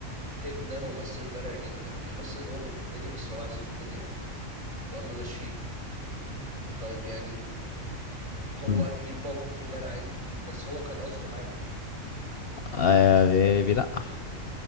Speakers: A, on the right; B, on the left.
A: تيم ده ممثل بارع جدا بيمثل ان هو بيحبني بس هو عايز ياخد مني اكل وقام ماشيه طيب يعني هو
B: مم.
A: الموقف يبان عادي بس هو كان قصده حاجه
B: آه، بي- بيلقح